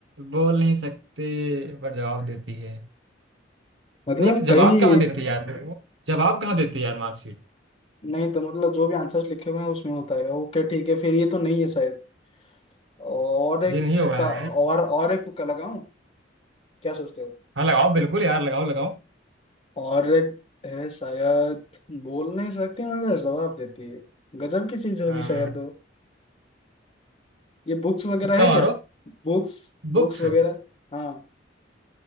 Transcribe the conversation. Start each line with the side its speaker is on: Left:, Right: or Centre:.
Right: बोल नहीं सकते पर जवाब देती है
Left: मतलब
Right: नहीं तो जवाब
Left: कहीं
Right: कहाँ देती है यार वो जवाब कहाँ देती है यार मार्कशीट
Left: नहीं तो मतलब जो भी आंसर्स लिखे हुए हैं उसमें होता है ओके ठीक है फिर ये तो नहीं है शायद और एक
Right: ये नहीं होगा
Left: का
Right: ना भाई
Left: और और एक तुक्का लगाऊं क्या सोचते हो
Right: हाँ लगाओ बिल्कुल यार लगाओ लगाओ
Left: और एक है शायद बोल नहीं सकती मगर जवाब देती है गजब की चीज होगी
Right: हाँ
Left: शायद वो ये बुक्स वगैरह
Right: तुक्का
Left: है क्या
Right: मारो
Left: बुक्स बुक्स
Right: बुक्स
Left: वगैरह हाँ